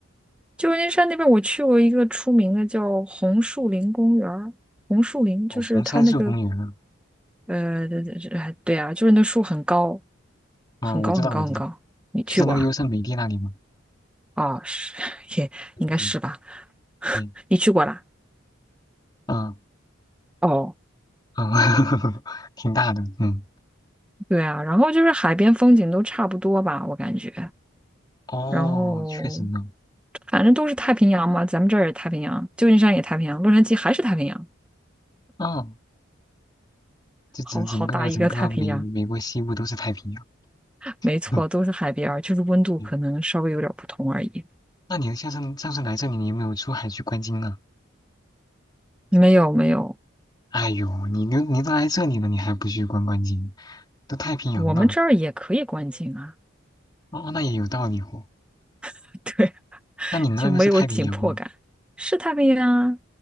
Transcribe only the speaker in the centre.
旧金山那边我去过一个出名的叫红树林公园儿红树林就是它那个
呃，哎对啊，就是那树很高，
很高很高很高。
你去过啊？
哦，是，<laughs> 也应该是吧？
你去过啦？
哦，
对啊，然后就是海边风景都差不多吧，我感觉。
然后
反正都是太平洋嘛，咱们这儿也太平洋，旧金山也太平洋，洛杉矶还是太平洋，
好好大一个太平洋。没错，
都是海边儿，就是温度可能稍微有点儿不同而已。
没有没有，
我们这儿也可以观鲸啊，
<laughs> 对，
就没有紧迫感。是太平洋啊，